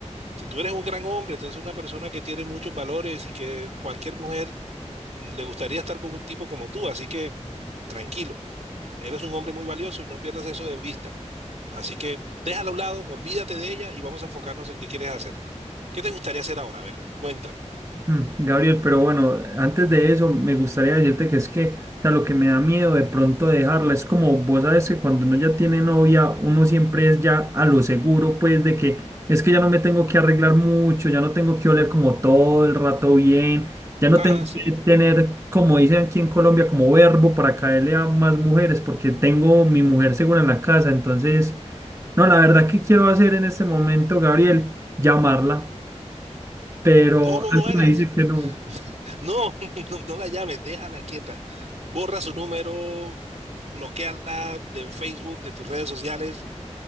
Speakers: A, on the right; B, on the right.
A: tú tú eres un gran hombre, tú eres una persona que tiene muchos valores y que cualquier mujer mm, le gustaría estar con un tipo como tú, así que tranquilo, eres un hombre muy valioso y no pierdas eso de vista. Así que déjala a un lado, olvídate de ella y vamos a enfocarnos en qué quieres hacer. ¿Qué te gustaría hacer ahora? A ver, cuéntame. <laughs>
B: Mm, Gabriel, pero bueno, antes de eso me gustaría decirte que es que, o sea, lo que me da miedo de pronto dejarla es como vos sabes que cuando uno ya tiene novia, uno siempre es ya a lo seguro, pues de que es que ya no me tengo que arreglar mucho, ya no tengo que oler como todo el rato bien, ya no
A: Ah,
B: tengo
A: sí.
B: que tener, como dicen aquí en Colombia, como verbo para caerle a más mujeres, porque tengo mi mujer segura en la casa. Entonces, no, la verdad que quiero hacer en este momento, Gabriel, llamarla, pero
A: No, no
B: algo
A: lo hagas.
B: me dice que no.
A: <laughs> No, <laughs> no, no la llames, déjala quieta. Borra su número, bloqueala de Facebook, de tus redes sociales